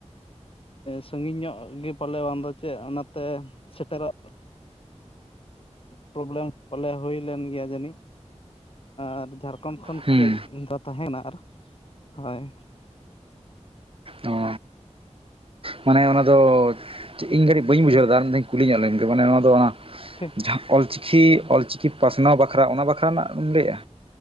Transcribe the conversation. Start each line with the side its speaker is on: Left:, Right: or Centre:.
Left: ᱥᱟᱺᱜᱤᱧ ᱧᱚᱜ ᱜᱮ ᱯᱟᱞᱮ ᱵᱟᱝ ᱫᱚ ᱪᱮᱫ ᱚᱱᱟᱛᱮ ᱥᱮᱴᱮᱨᱚᱜ ᱯᱨᱚᱵᱮᱞᱮᱢ ᱯᱟᱞᱮ ᱦᱩᱭ ᱞᱮᱱ ᱜᱮᱭᱟ ᱡᱟᱹᱱᱤᱡ ᱟᱨ ᱡᱷᱟᱲᱠᱷᱚᱸᱰ ᱠᱷᱚᱱ
Right: ᱦᱩᱸ
Left: ᱠᱟᱹᱡ ᱫᱚ ᱛᱟᱦᱮᱸᱱᱟ ᱟᱨ ᱦᱳᱭ
Right: ᱚ ᱢᱟᱱᱮ ᱚᱱᱟᱫᱚ ᱤᱧ ᱜᱷᱟᱹᱲᱤᱡ ᱵᱟᱹᱧ ᱵᱩᱡᱷᱟᱹᱣ ᱞᱮᱫᱫᱟ ᱢᱮᱱ ᱫᱷᱟᱧ ᱠᱩᱞᱤ ᱧᱚᱜ ᱞᱮᱱ ᱢᱟᱱᱮ ᱚᱱᱟ ᱫᱚ ᱚᱱᱟ
Left: ᱴᱷᱤᱠ
Right: ᱡᱟᱦᱟᱸ ᱚᱞᱪᱤᱠᱤ ᱚᱞᱪᱤᱠᱤ ᱯᱟᱥᱱᱟᱣ ᱵᱟᱠᱷᱨᱟ ᱚᱱᱟ ᱵᱟᱠᱷᱨᱟ ᱨᱮᱱᱟᱜ ᱮᱢ ᱞᱟᱹᱭᱮᱜᱼᱟ